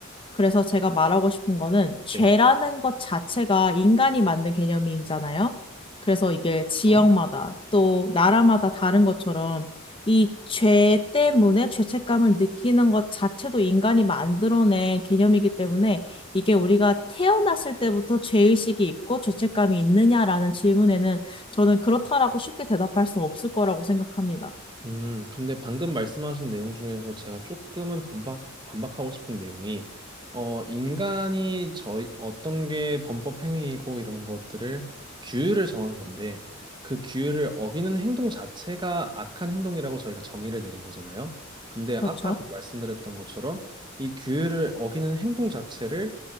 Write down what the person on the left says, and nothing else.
그래서 제가 말하고 싶은 거는 죄라는
것 자체가 인간이 만든 개념이잖아요. 그래서 이게 지역마다
또 나라마다 다른 것처럼 이 죄 때문에 죄책감을 느끼는 것 자체도 인간이 만들어낸 개념이기 때문에 이게 우리가 태어났을 때부터 죄의식이 있고 죄책감이 있느냐라는 질문에는 저는 그렇다라고 쉽게 대답할 수 없을 거라고 생각합니다.
그렇죠?